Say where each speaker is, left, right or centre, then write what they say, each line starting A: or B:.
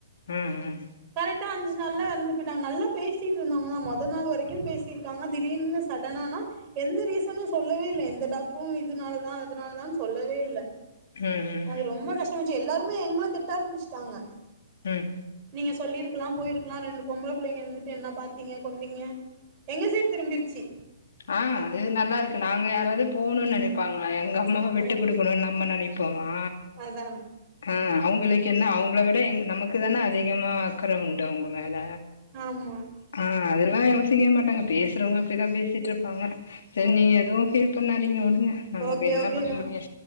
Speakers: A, on the left; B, on the right.
A: ம் ம்
B: கரெட்டா அஞ்சு நாள்ல எறந்து பொயிட்டாங்க நல்லா பேசிட்டு இருந்தவுங்க தா மொத நாள் வரைக்கு பேசிருக்காங்க திடீர்னு சடனானா எந்த ரீசனு சொல்லவே இல்ல எந்த டாக்ட்ரு இதனாலதா அதனால தான் சொல்லவே இல்ல
A: ம் ம்
B: அது ரொம்ப கஷ்டமா இஞ்ச்சு எல்லாருமே எங்கள திட்ட ஆரம்பிச்ட்டாங்க
A: ம்
B: நீங்க சொல்லிருக்கலா போயிருக்கலா ரெண்டு பொம்பள புள்ளைங்க இருந்துட்டு என்ன பாத்தீங்க கொண்டீங்க எங்க சைட் திரும்பிருச்சி
A: ஆ இது நல்லா இருக்கு நாங்க யாராவது போணுன் நெனைப்பாங்ளா எங்க அம்மாவ
B: அ
A: விட்டு குடு <unintelligible> நம்ம நெனைப்போமா
B: அதா
A: அ அவுங்களுக் என்ன அவுங்கள விட எங் நமக்கு தான அதிகமா அக்கற உண்டு அவுங்க மேல
B: ஆமா
A: அ அதெல்லா யோசிக்கவே மாட்டாங்க பேச் சுரவுங்க அப்டிதா பேசி சிட்ருப்பாங்க செரி
B: ஓகே
A: நீங்க எதுவு ஃபீல் பண்ணாதீங்க உடுங்க நம்ம
B: ஓகே
A: வேற என்னா
B: ஓகேக்கா
A: பண்ண முடியு